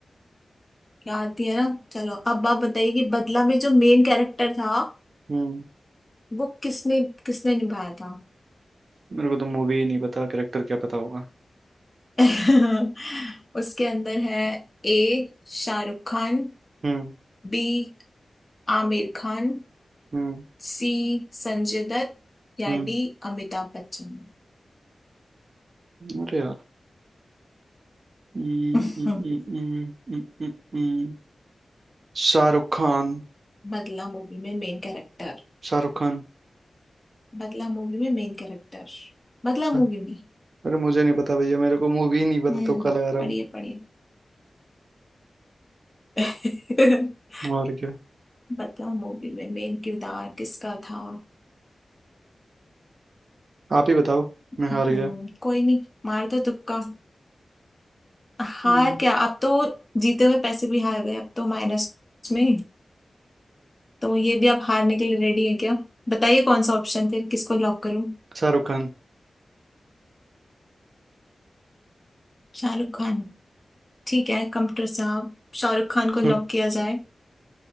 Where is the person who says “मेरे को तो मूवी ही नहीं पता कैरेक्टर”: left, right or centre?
Right